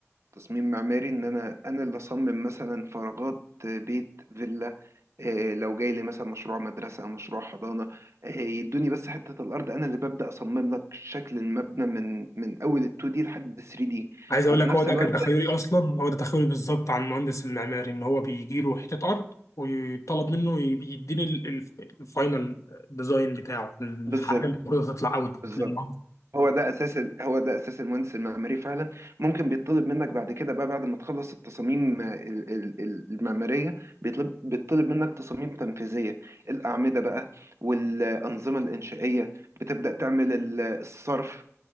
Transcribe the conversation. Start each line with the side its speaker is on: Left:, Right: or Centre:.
Right: تصميم معماري ان انا انا اللي اصمم مثلا فراغات آه، بيت فيلا آه، لو جاي لي مثلا مشروع مدرسه مشروع حضانه آه، يدوني بس حته الارض انا اللي ببدا اصمم لك شكل المبنى من من اول ال 2 دي لحد 3 دي
Left: عايز اقول
Right: وفي
Left: لك
Right: نفس
Left: هو ده
Right: الوقت
Left: كان تخيلي اصلا هو ده تخيلي بالظبط عن المهندس المعماري ان هو بيجي له حته ارض ويطلب منه ي- يديني ال- ال- الفاينل ديزاين بتاعه الحاجه
Right: بالظبط
Left: اللي المفروض تطلع اوت
Right: بالظبط
Left: للمهندس.
Right: هو ده اساس ال- هو ده اساس المهندس المعماري فعلا ممكن بيطلب منك بعد كده بقى بعد ما تخلص التصاميم آه، ال- ال- ال- المعماريه بيطلب بيطلب منك تصاميم تنفيذيه الاعمده بقى والانظمه الانشائيه بتبدا تعمل ال- الصرف